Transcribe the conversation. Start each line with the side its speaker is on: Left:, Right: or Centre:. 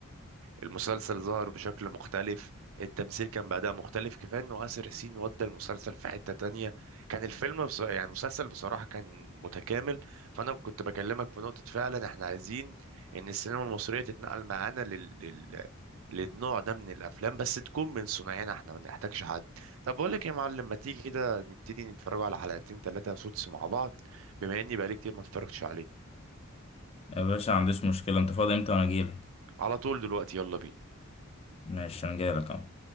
Right: المسلسل ظهر بشكل مختلف التمثيل كان بعدها مختلف كفاية انه آسر ياسين ودى المسلسل في حتة تانية كان الفيلم بص... يعني المسلسل بصراحة كان متكامل فانا كنت بكلمك في نقطة فعلا احنا عايزين ان السينما المصرية تتنقل معانا لل... لل... للنوع ده من الافلام بس تكون من صناعنا احنا ما نحتاجش حد طب بقول لك إيه يا معلم ما تيجي كده نبتدي نتفرج على حلقتين ثلاثة سوتس مع بعض بما اني بقالي كتير ما اتفرجتش عليه
Left: يا باشا ما عنديش مشكلة انت فاضي امتى وانا اجيلك
Right: على طول دلوقتي يلا بينا
Left: ماشي انا جايلك اهو